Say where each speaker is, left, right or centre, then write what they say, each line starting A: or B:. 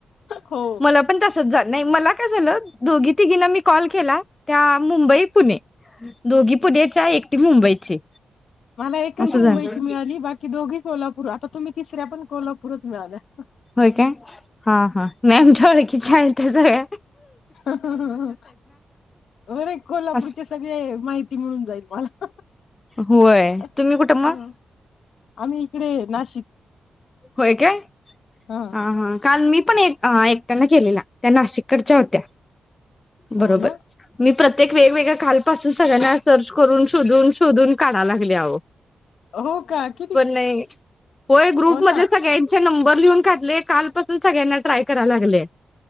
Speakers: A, on the left; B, on the left.
A: हो
B: मला पण तसच झाल. नाही मला काय झालं दोघी तिघीना मी कॉल केला, त्या मुंबई पुणे दोघी पुण्याच्या एकटी मुंबईची.
A: मला एकच
B: असं
A: मुंबईची
B: झालं
A: मिळाली बाकी दोघी कोल्हापूर आता तुम्ही तिसऱ्या पण कोल्हापूरच मिळाल्या
B: व्हय काय हा हा मॅम च्या ओळखीच्या आहेत त्याच काय
A: ह हा हा बरय कोल्हापूरचे
B: असं
A: सगळे माहिती ती मिळून जाईल मला
B: होय
A: ह
B: तुम्ही कुठं मग?
A: आम्ही इकडे नाशिक
B: व्हय काय?
A: ह
B: हा हा काल मी पण एक एक त्यांना केलेला त्या नाशिककडच्या होत्या
A: हो
B: बरोबर
A: ना
B: मी प्रत प्रत्येक वेगवेगळ्या कालपसून सगळ्यांना सर्च करून शोधून शोधून काढाय लागल्य आओ
A: हो का किती
B: नाही होय ग्रुपमध्ये
A: हो ना
B: सगळ्यांचे नंब बर लिहून काढले कालपासून सगळ्यांना ट्राय करायला लागले